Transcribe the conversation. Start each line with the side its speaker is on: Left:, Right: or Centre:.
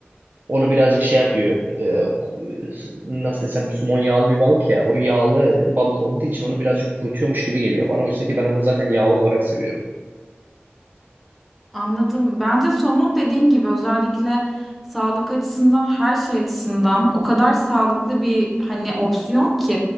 Right: onu birazcık şey yapıyor. E, nasıl desem somon yağlı bir balık ya. O yağlı balık olduğu için onu birazcık kurutuyormuş gibi geliyor bana. Oysa ki ben onu zaten yağlı olarak seviyorum.
Centre: Anladım. Bence somun dediğin gibi özellikle sağlık açısından her şey açısından o kadar sağlıklı bir hani opsiyon ki.